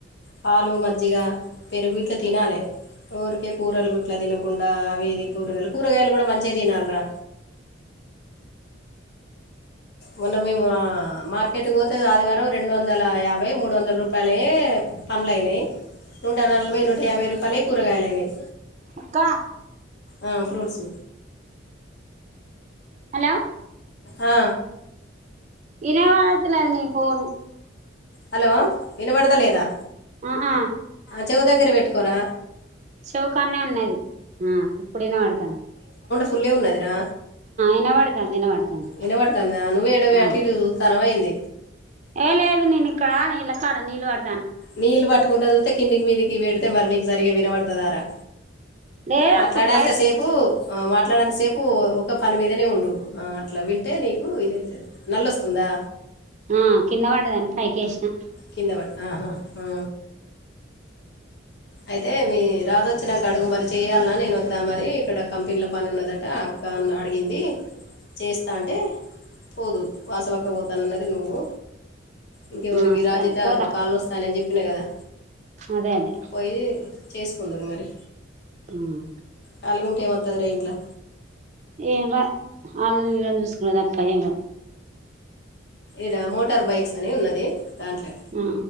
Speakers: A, on the left; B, on the right.
A: పాలు మజ్జిగ పెరుగిట్లు తినాలి ఊరికే కూరలు గుట్లా తినకుండా అవి కూరగాయలు కూరగాయలు కూడా మంచిగా తినాలిరా మొన్న మేము మార్కెట్కి పోతే ఆదివారం రెండు వందల యాభై మూడు వందల రూపాయల పంలయినాయి నూట నలభై నూట యాభై రూపాయలే కూరగాయలనాయి
B: అక్కా
A: ఆ ఫ్రూట్స్
B: హలో
A: ఆ
B: వినబడత లేదు నీ ఫోన్
A: హలో వినబడత లేదా
B: ఉ ఉ
A: చెవ్వు దగ్గర పెట్టుకోరా
B: చెవ్వు కాడనే ఉన్నది ఆ ఇప్పుడు వినపడుతుంది
A: ఫుల్ ఉన్నదిరా
B: ఇనబడతాంది ఇనబడతాంది
A: వినపడతుందా నువ్వే ఎడ పోయి
B: ఆ
A: అటు ఇటు చిత్తాన్నవ ఏంటి
B: ఏ లేదు నేను ఇక్కడ ఇళ్ల కాడ నీళ్ళు పడతన్న
A: నీళ్ పట్టుకుంట చూస్తే కిందికి మీదికి పడితే మరి నీకు సరిగా వినబడుతదారా
B: లేదు
A: మాట్లాడేంత
B: అక్క పైప్
A: సేపు మాట్లాడేంత సేపు ఒక పని మీదనే ఉండువు అట్లా వింటే నీకు ఇది అయితది నల్లొస్తుందా
B: ఆ కింద పడ్డదని పైకి వేసిన
A: కింద పడి ఆహా ఆ అయితే మీ రాదొచ్చినకు అడుగు మరి చెయ్యాలన్నా నేను వద్దాం మరి ఇక్కడ కంపెనీలో పని ఉన్నదట కా అడిగింది చేస్తా అంటే పోదు వాసవక్క పోతానన్నది నువ్వు ఇంక ఎవరికి
B: ఆ సరే
A: రాజీత
B: పోతా
A: కళ్ళ వస్తానని చెప్పినా కదా
B: అదే అదే
A: పోయి చేసుకుందురు మరి
B: ఉమ్
A: కాళీఉంటే ఏం వస్తాది రా ఇంట్లో
B: ఏమ్ రావ్ వాళ్ళని వీళ్ళని చూసుకునే తప్ప ఏమ్ రావ్
A: ఇడ మోటార్ బైక్స్ అని ఉన్నది దాంట్లో
B: ఆ